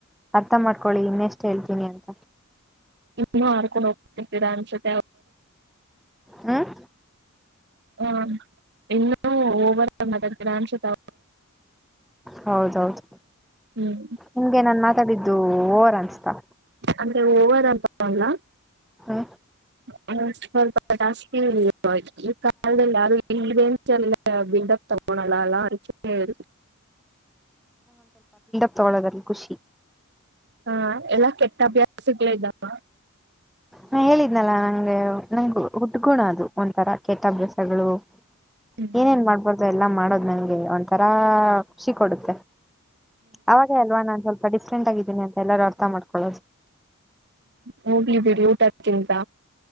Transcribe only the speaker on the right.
ಇನ್ನುೂ ಆಾರ್ಕೊಂಡು ಹೋಗರ್ತ ಅನ್ಸುತ್ತೆ.
ಹಾ ಇನ್ನುೂ ಓಬಳರ್ಶ ತ
ಹ್ಮ್
ಅಂದ್ರೆ ಓವರ್ ಅಂತಾರಲ್ಲ.
ಹ ಸ್ವಲ್ಪ ಜಾಸ್ತಿ ಇ ಈ ಕಾಲದಲ್ಲಿ ಯಾರು ಇಲ್ಲದೆ ಅ ವಿಂಡಫ್ ತಗೋ ನಲ್ಲಲ್ಲ ಅ
ಹಾ ಎಲ್ಲಾ ಕೆಟ್ಟ ಅಭ್ಯಾಸಗ್ಗಳೇ ಇದ್ದಾವ.
ಹ್ಮ್
ಹೋಗ್ಲಿದ್ದಿಡಿ ಊಟದಕ್ಕಿಂತ.